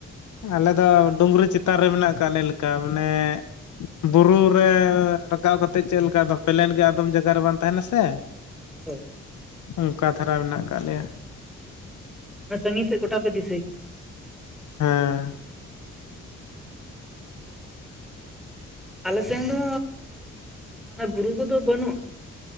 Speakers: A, on the left (about 80°); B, in the centre.
A: ᱟᱞᱮ ᱫᱚ ᱰᱩᱸᱝᱨᱤ ᱪᱮᱛᱟᱱ ᱨᱮ ᱢᱮᱱᱟᱜ ᱠᱟᱜ ᱞᱮ ᱞᱮᱠᱟ ᱢᱟᱱᱮ ᱵᱩᱨᱩ ᱨᱮ ᱨᱟᱠᱟᱵ ᱠᱟᱛᱮᱜ ᱪᱮᱫ ᱞᱮᱠᱟ ᱫᱚ ᱯᱮᱞᱮᱱ ᱜᱮ ᱟᱫᱚᱢ ᱡᱟᱭᱜᱟ ᱨᱮ ᱵᱟᱝ ᱛᱟᱦᱮᱸᱱᱟ ᱥᱮ,
B: ᱦᱳᱭ᱾
A: ᱚᱱᱠᱟ ᱫᱷᱟᱨᱟ ᱢᱮᱱᱟᱜ ᱠᱟᱜ ᱞᱮᱭᱟ᱾
B: ᱢᱤᱱᱮ ᱥᱟᱺᱜᱤᱧ ᱥᱮᱫ ᱠᱚᱴᱟ ᱯᱮ ᱫᱤᱥᱟᱹᱭ
A: ᱦᱮᱸ᱾
B: ᱟᱞᱮ ᱥᱮᱱ ᱫᱚ ᱢᱟᱱᱮ ᱵᱩᱨᱩ ᱠᱚᱫᱚ ᱵᱟᱹᱱᱩᱜᱼᱟ,